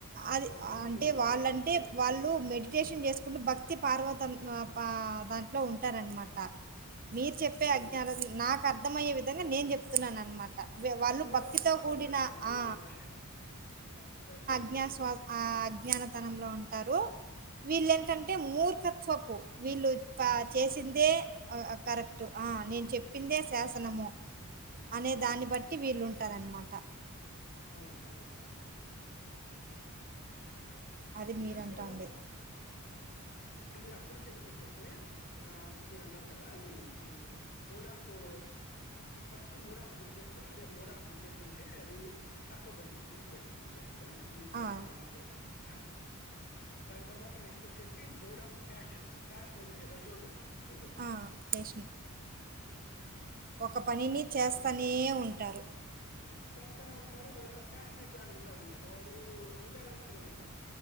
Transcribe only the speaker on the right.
అది
అంటే
వాళ్ళంటే
వాళ్ళు
మెడిటేషన్ చేసుకుని భక్తి పార్వతం నా పా దాని ఉంటారనమాట మీరు చెప్పే
అజ్ఞా నా <unintelligible> అర్థమయ్యే విధంగా నేను చెప్తున్నాను అనమాట వాళ్ళు
భక్తితో
కూడిన
ఆ
అజ్ఞాస్ ఆ అజ్ఞానతనంలో ఉంటారు వీళ్ళ ఏంటంటే మూర్ఖత్వపు వీళ్ళు చేసిందే కరెక్ట్ ఆ నేను చెప్పిందే శాసనమో అనే
దాన్ని బట్టి వీళ్ళుంటారనమాట
అది మీరంటాడేది
ఆ
ఆ పేషెంట్ ఒక పనిని చేస్తానే ఉంటారు